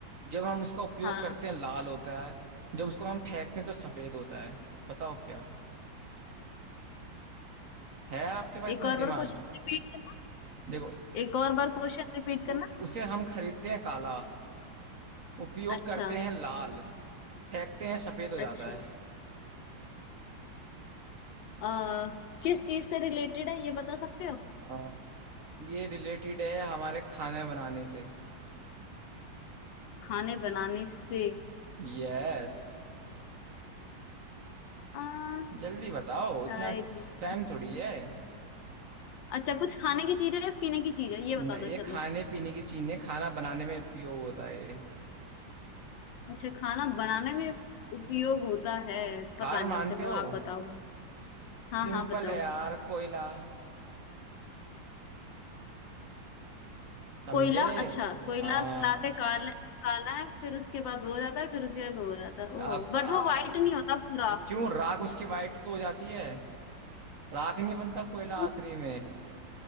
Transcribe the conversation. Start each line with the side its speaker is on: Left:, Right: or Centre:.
Right: जब हम उसका उपयोग
Left: हाँ
Right: करते हैं लाल होता है जब उसको हम फेंकते हैं तो सफेद होता है बताओ क्या है आपके पास इतना
Left: एक और बार
Right: दिमाग
Left: क्वेश्चन रिपीट करना
Right: देखो
Left: एक और बार क्वेश्चन रिपीट
Right: उ,
Left: करना
Right: उसे हम खरीदते हैं काला उपयोग
Left: अच्छा
Right: करते हैं लाल फेंकते हैं सफेद हो जाता
Left: अच्छा
Right: है
Left: आ, किस चीज से रिलेटेड है ये बता सकते हो
Right: अ, ये रिलेटेड है हमारे खाने बनाने से
Left: खाने बनाने से
Right: यस
Left: आ,
Right: जल्दी बताओ
Left: चाय
Right: इतना
Left: दूध
Right: टाइम थोड़ी है
Left: अच्छा कुछ खाने की चीज है या पीने की चीज है ये बता
Right: न- ये
Left: दो चलो
Right: खाने पीने की चीज नहीं खाना बनाने में उपयोग होता है ये
Left: अच्छा खाना बनाने में उपयोग होता है पता
Right: हार
Left: नहीं
Right: मानते
Left: चलो
Right: हो
Left: आप बताओ
Right: सिंपल
Left: हाँ हाँ बताओ
Right: है यार कोयला समझे
Left: कोयला अच्छा कोयला
Right: हाँ
Left: लाते काल काला है फिर उसके बाद वो हो जाता है फिर उसके बाद वो हो जाता है ओ
Right: आप स- आ,
Left: बट वो
Right: आ,
Left: वाइट नहीं होता पूरा
Right: क्यों राख उसकी वाइट तो हो जाती है राख नहीं बनता कोयला
Left: पू-
Right: आखिरी में